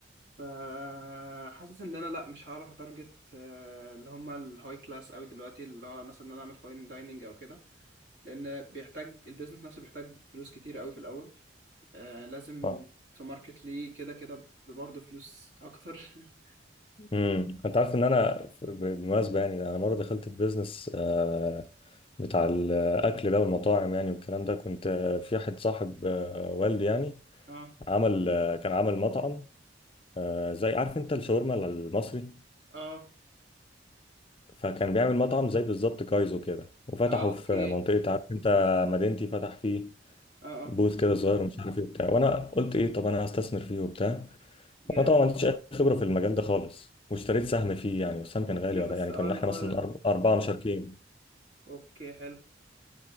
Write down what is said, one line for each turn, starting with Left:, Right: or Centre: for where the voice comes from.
Right: فحاسس إن أنا لأ مش هعرف أتارجت آه، اللي هما الهاي كلاس أوي دلوقتي اللي هو مثلا إن أنا أعمل فاين دايننج أو كده لأن بيحتاج البيزنس نفسه بيحتاج فلوس كتير أوي في الأول آه، لازم
Left: اه.
Right: تماركت ليه كده كده برضه فلوس أكتر <laughs>
Left: امم انت عارف ان انا ف- بالمناسبه يعني انا مره دخلت في بيزنس آه، بتاع الاكل ده والمطاعم يعني والكلام ده كنت آه، في واحد صاحب آه، والدي يعني
Right: اه
Left: عمل آه، كان عمل مطعم آه، زي عارف انت الشاورما المصري
Right: اه
Left: فكان بيعمل مطعم زي بالظبط كايزو كده وفتحه
Right: اه اوكي
Left: في منطقه عارف انت مدينتي فتح فيه
Right: اه
Left: بوث
Right: اه
Left: كده صغير ومش عارف ايه وبتاع وانا قلت ايه طب انا هستثمر فيه وبتاع
Right: جامد
Left: انا طبعا ما عنديش اي خبره في المجال ده خالص واشتريت سهم فيه يعني والسهم كان
Right: اوكي
Left: غالي وقتها،
Right: بس
Left: يعني
Right: اه
Left: كنا
Right: اللي
Left: احنا
Right: هو
Left: مثلا أرب- اربعه مشاركين
Right: اوكي حلو